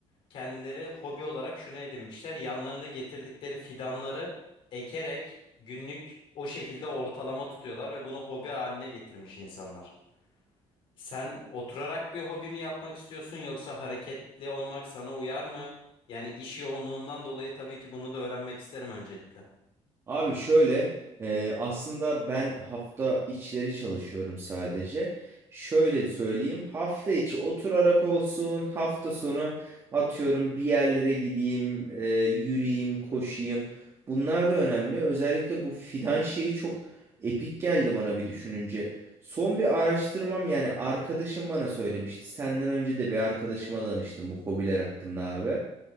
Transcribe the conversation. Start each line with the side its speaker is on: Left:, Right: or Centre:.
Left: kendileri hobi olarak şunu edinmişler. Yanlarında getirdikleri fidanları ekerek günlük o şekilde ortalama tutuyorlar ve bunu hobi haline getirmiş insanlar. Sen oturarak bir hobi mi yapmak istiyorsun yoksa hareketli olmak sana uyar mı? Yani iş yoğunluğundan dolayı tabii ki bunu da öğrenmek isterim öncelikle.
Right: Abi şöyle e, aslında ben hafta içleri çalışıyorum sadece. Şöyle söyleyeyim hafta içi oturarak olsun hafta sonu atıyorum bir yerlere gideyim e, yürüyeyim koşayım. Bunlar da önemli. Özellikle bu fidan şeyi çok epik geldi bana bir düşününce. Son bir araştırmam yani arkadaşım bana söylemişti. Senden önce de bir arkadaşıma danıştım bu hobiler hakkında abi.